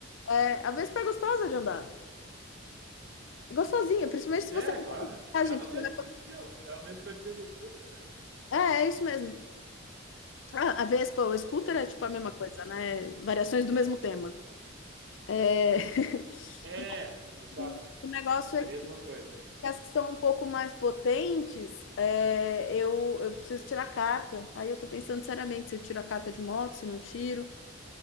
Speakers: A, on the left (about 70°); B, on the right (about 60°).
A: é, a Vespa é gostosa de andar, é gostosinha, principalmente se
B: É,
A: você não
B: claro.
A: tá coragem,
B: É
A: porque
B: o mesmo
A: ela-
B: perfil. É o mesmo perfil da scooter, né?
A: É, é é isso mesmo. Ah, a Vespa, o scooter é tipo a
B: Uhum.
A: mesma coisa, né? Variações do mesmo tema. É... <laughs>
B: É, exato.
A: O o negócio
B: É a
A: é
B: mesma coisa.
A: E as que são um pouco mais potentes, é, eu, eu preciso tirar a carta. Aí eu tô pensando seriamente se eu tiro a carta de moto, se não tiro